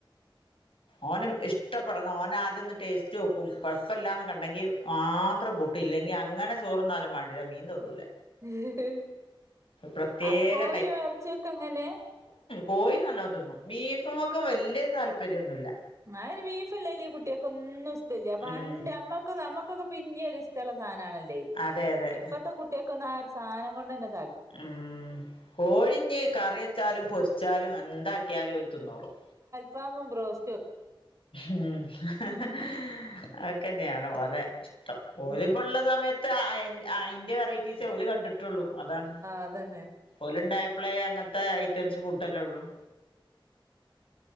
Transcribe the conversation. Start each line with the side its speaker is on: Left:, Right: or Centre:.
Left: ഓന് ഇഷ്ടപ്പെടണം ഓനാദ്യൊന്ന് ടേസ്റ്റോക്കും കൊഴപ്പമില്ലാന്ന് കണ്ടെങ്കി മാത്രം കൂട്ടു ഇല്ലെങ്കി അങ്ങനെ ചോറ്ന്നാലും മാണ്ടില്ല മീൻ തൊടൂല
Right: <unintelligible>
Left: പ്രത്യേക
Right: ആ കോയു ഇറച്ചൊക്കെങ്ങനെ
Left: കോയി നല്ലോ തിന്നും ബീഫുംമ്മെക്കും വല്യ താൽ പര്യന്നുല്ല
Right: ആ ബീഫല്ലേലും ഈ കുട്ടികൾക്കൊന്നും ഇ ല്ലേ പണ്ട്
Left: ഉം
Right: അമ്മക്ക് നമ്മക്ക് നിങ്ങക്കൊക്കെ പിന്നെ ഒരിഷ്ടമുള്ള സാധനമാണ ലെ
Left: അതെ അതെ
Right: ഇപ്പത്തെ കുട്ടിയക്കൊന്നും ആ ഒരു സ് സാധനം കൊണ്ട്ന്നെ
Left: ഉം കോഴിഞ്ഞ് കറി വെച്ചാലും പൊരി വച്ചാലും എന്താക്കിയാലും ഓല് തിന്നോളും
Right: ഫാമും ബ്രോസ്
Left: ഉം <unintelligible>
Right: ഉം
Left: തന്നെയാണ് പോലെ ഇഷ്ടം ഓരിപ്പോ
Right: ആഹ്
Left: ഇള്ള സമയ അയിന്റെ വെറൈറ്റീസ് ഓല് കണ്ടിട്ട് ഉള്ളൂ അതാണ്
Right: അതന്നെ
Left: ഓലോണ്ടായ അപ്പളേ അങ്ങനത്തെ ഐറ്റംസ് ഫുഡല്ലേ ഒള്ളു